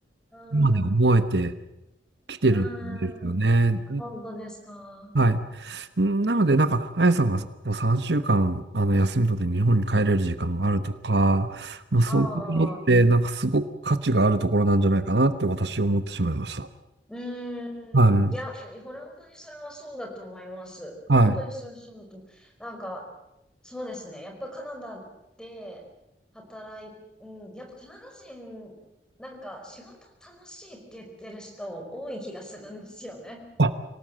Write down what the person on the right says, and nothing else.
今で思えてきてるんですよね。
はい。んなので、なんか、あやさんがこう3週間、あの、休み取って日本に帰れる時間があるとか、まあ、そういうのって、
なんかすごく価値があるところなんじゃないかなって私思ってしまいました。
はい。
はい。
あ、